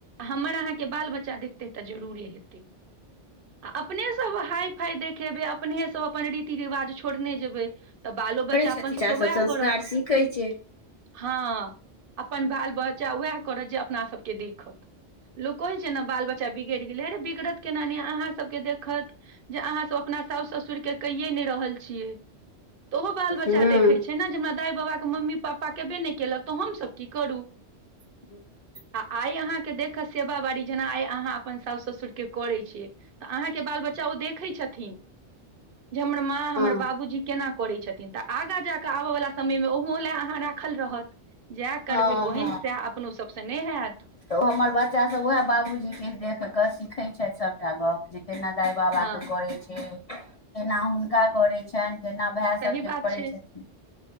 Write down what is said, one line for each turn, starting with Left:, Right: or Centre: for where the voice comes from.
Right: हमर अहाँके बाल बच्चा देखतै तऽ जरुरे हेतै अपने सब हाय फाइ देखेबै अपने सब अपन रीति रिवाज छोड़ने जेबै तऽ बालो बच्चा
Left: करै छथिन
Right: अपन सभके
Left: सब
Right: वएह
Left: संस्कार
Right: करत।
Left: सीखै छै
Right: हँ, अपन बाल बच्चा उएह करत जे अपना सभके देखत। लोक कहे छै, ने बाल बच्चा गड़ गेले हे रे बिगड़त केना अहाँ सभके देखत जे अहाँ सभ अपना साउ ससुर के कये नहि रहल छियै तऽ ओहो बाल
Left: हँ
Right: बच्चा देखै छै ने, जे हमरा दाइ बाबाके मम्मी। पापा केबे नै केलक तऽ हमसभ कि करूँ
Left: <inaudible>
Right: आ आइ अहाँकेँ देखत, सेवा बाड़ी जेना आइ अहाँ। अपन साउस ससुर के करै छियै तऽ अहाँके बाल बच्चा ओ देखै छथिन जे हमर माँ हमर
Left: हँ
Right: बाबूजी केना करैत छथिन तऽ आगा जाकऽ आबेऽ वला समय मे ओहो लए अहाँ राखल रहत जएह
Left: हँ
Right: करबै बहिन
Left: हँ
Right: सएह अपनो सभसँ नै हयत
Left: तऽ ओ हमर बच्चा सभ उएह बाबूजी देख कऽ सिखै छथि सभटा गप जे केना दाइ बाबाके
Right: हँ
Left: करैत छै, केना हुनका करैत छनि। जेना वएह
Right: सही
Left: सभके
Right: बात
Left: करै
Right: छै
Left: छथिन